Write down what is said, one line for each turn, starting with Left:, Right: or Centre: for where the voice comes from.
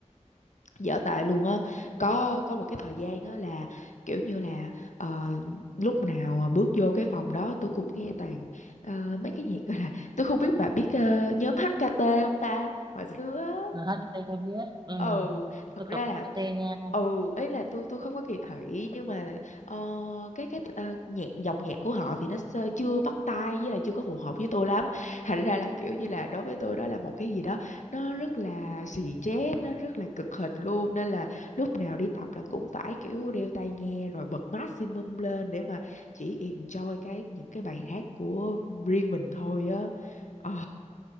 Left: Dở tệ luôn á. Có có một cái thời gian á là kiểu như là ờ, lúc nào mà bước vô cái phòng đó tôi cũng nghe toàn ờ, mấy cái nhạc gọi là tôi không biết bà biết ờ, nhóm HKT không ta? Hồi xưa á.
Right: Ờ, HKT tôi biết ừ.
Left: ừ thật
Right: tôi
Left: ra
Right: có biết
Left: là
Right: hát HKT nha
Left: ừ ấy là tôi tôi không có kỳ thị nhưng mà ờ, cái cái ờ, nhạc dòng nhạc của họ thì nó sơ- chưa bắt tai với lại chưa có phù hợp với tôi lắm thành ra là kiểu như là đối với tôi đó là một cái gì đó nó rất là xì chét nó rất là cực hình luôn nên là lúc nào đi tập là cũng phải kiểu đeo tai nghe rồi bật maximum lên để mà chỉ enjoy cái những cái bài hát của riêng mình thôi á ờ